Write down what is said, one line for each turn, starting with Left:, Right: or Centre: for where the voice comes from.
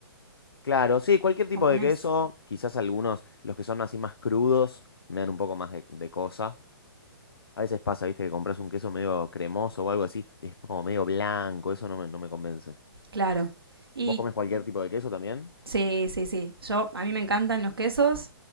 Left: Claro, sí, cualquier tipo
Right: comunes.
Left: de queso, quizás algunos, los que son así más crudos, me dan un poco más de, de cosa. A veces pasa, viste, que compras un queso medio cremoso o algo así, es como medio blanco, eso no me, no me convence.
Right: Claro. Y
Left: ¿Vos comés cualquier tipo de queso también?
Right: sí, sí, sí. Yo a mí me encantan los quesos.